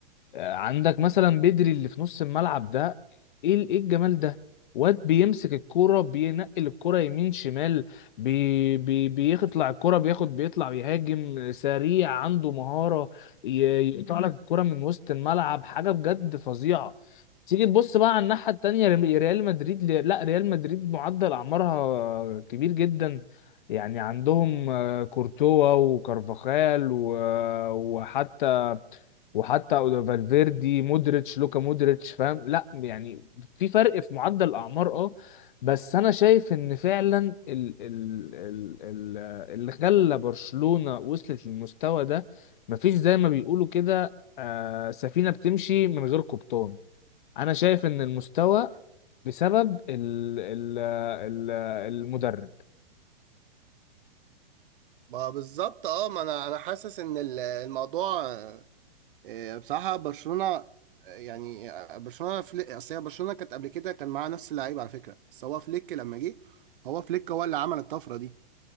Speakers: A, on the left; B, on the right.
A: عندك مثلا بدري اللي في نص الملعب ده ايه ال- ايه الجمال ده واد بيمسك الكرة بينقل الكرة يمين شمال بي بي بيطلع الكرة بياخد بيطلع بيهاجم سريع عنده مهارة ي- يقطع لك الكرة من وسط الملعب حاجة بجد فظيعة تيجي تبص بقى على الناحية التانية ريال ريال مدريد ل- لا ريال مدريد معدل أعمارها كبير جدا يعني عندهم آه، كورتوا وكارفاخال و- وحتى وحتى فالفيردي مودريتش لوكا مودريتش فاهم لا يعني في فرق في معدل الاعمار اه بس انا شايف ان فعلا ال ال ال ال اللي خلى برشلونة وصلت للمستوى ده مفيش زي ما بيقولوا كده آه سفينة بتمشي من غير قبطان انا شايف ان المستوى بسبب ال ال ال المدرب
B: ما بالظبط اه ما انا انا حاسس ان ال- الموضوع آه، آه، بصراحه برشلونه آه، يعني آه، برشلونه فليك اصل هي برشلونه كانت قبل كده كان معاها نفس اللعيبه على فكره بس هو فليك لما جه هو فليك هو اللي عمل الطفره دي